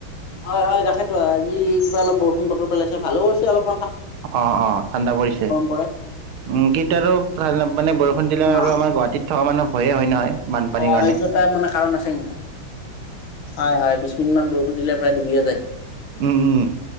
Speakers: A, on the left; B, on the right.
A: হয়, হয়, তাকেতো আজি কিবা অলপ বৰষুণ বতৰ পেলাইছে ভালো হৈছে অলপ
B: অ, অ, ঠাণ্ডা পৰিছে,
A: পৰে
B: উম কিন্তু আৰু মানে বৰষুণ দিলে
A: অ',
B: আৰু আমাৰ গুৱাহাটীত থকা মানুহ হয়য়ে হয় নহয়! বানপানীৰ
A: অ'
B: কাৰণে
A: এইটো এটা মানে কাৰণ আছে কিন্তু, হয়, হয় কিনমান বৰষুণ দিলে প্ৰায় ডুবিয়া যায়?
B: উম, উম